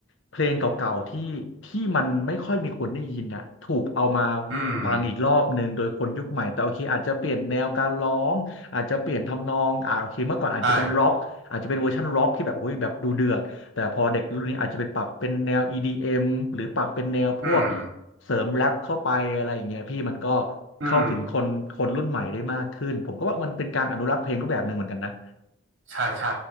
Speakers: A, on the left; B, on the right.
A: เพลงเก่าๆที่ที่มันไม่ค่อยมีคนได้ยินน่ะถูกเอามา
B: อืม
A: ฟังอีกรอบหนึ่งโดยคนยุคใหม่แต่โอเคอาจจะเปลี่ยนแนวการร้องอาจจะเปลี่ยนทำนองอ่าโอเคเมื่อก่อนอาจจะเป็นร็อกอาจจะเป็นเวอร์ชันร็อกที่แบบโอ้ยแบบดูเดือดแต่พอเด็กรุ่นนี้อาจจะเป็นปรับเป็นแนว
B: ใช่
A: EDM หรือปรับเป็นแนวพวก
B: อืม
A: เสริมแรปเข้าไปอะไรอย่างเงี้ยพี่มันก็
B: อืม
A: เข้าถึงคนคนรุ่นใหม่ได้มากขึ้นผมก็ว่ามันเป็นการอนุรักษ์เพลงรูปแบบหนึ่งเหมือนกันนะ
B: ใช่ใช่